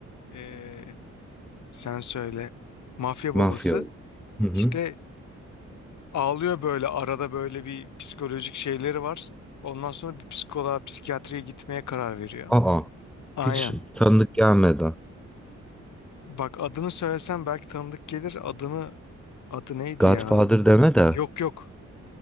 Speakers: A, on the left (about 85°); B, in the centre.
A: eee, sen söyle mafya
B: Mafya.
A: babası.
B: Hı hı.
A: İşte Ağlıyor böyle arada böyle bir psikolojik şeyleri var. Ondan sonra bir psikoloğa, psikiyatriye gitmeye karar veriyor.
B: Aa,
A: Aynen.
B: hiç tanıdık gelmedi.
A: Bak adını söylesem belki tanıdık gelir. Adını adı neydi
B: Godfather
A: ya?
B: deme de.
A: Yok yok.